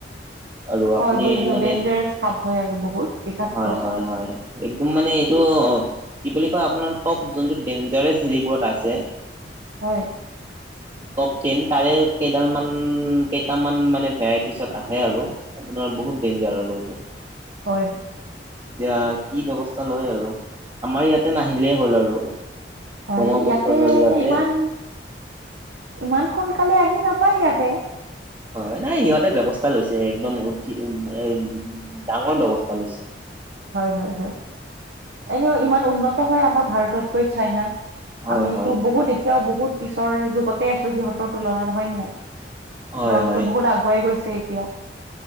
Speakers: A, on the right; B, on the right.
A: আৰু আপুনি
B: হয় বুজিছো
A: মানে
B: ডেঞ্জাৰাছ সাপ হয় আৰু বহুত বিষাক্ত।
A: হয় হয় হয় একদম মানে এইটো কি বুলি কয় আপোনাৰ টপ যোনটো ডেঞ্জাৰছ ৰিবৰত আছে।
B: হয়।
A: টপ টেন তাৰে কেইডালমান কেইটামান মানে ভেৰাইটিচত আহে আৰু আপোনাৰ বহুত ডেইনজাৰ আৰু এইটো।
B: হয়।
A: এতিয়া কি ব্যৱস্থা লয় আৰু আমাৰ ইয়াতে নাহিলেই হ'ল আৰু।
B: হয়
A: ব্ৰহ্মপুত্ৰৰ
B: ইয়াতে
A: জৰিয়তে
B: ইমান ইমান সোনকালে আহি নাপায় ইয়াতে।
A: হয় হয় নাই সিহঁতে ব্যৱস্থা লৈছে একদম উ এ ডাঙৰ ব্যৱস্থা লৈছে।
B: হয় হয় হয় এনেও ইমান উন্নত হয় আমাৰ ভাৰততকৈ চাইনা
A: হয়
B: আমিতো
A: হয়
B: বহুত এতিয়াও বহুত পিছৰ যুগতে আছো সিহঁতৰ তুলনাত নহয় ন নাই সিহঁতে
A: হয় হয়
B: বহুত আগুৱাই গৈছে এতিয়া